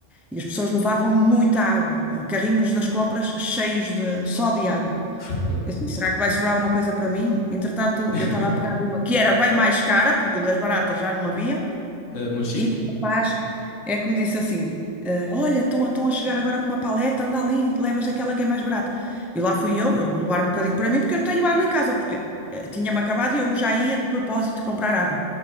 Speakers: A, in the centre; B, on the left.
A: E as pessoas levavam muita água, carrinhos das compras cheios de só de água.
B: Fogo.
A: Eu Assim, será que vai sobrar alguma coisa para mim? Entretanto,
B: <laughs>
A: eu estava a pegar uma que era bem mais cara, porque das baratas já não havia,
B: Ah, Monchique.
A: e o rapaz é que me disse assim: eh, Olha, estão, estão a chegar agora com uma paleta, anda ali, levas aquela que é mais barata. E lá fui eu, eu vou levar um bocadinho para mim porque eu não tenho água em casa, porque eh, tinha-me acabado e eu já ia de propósito comprar água,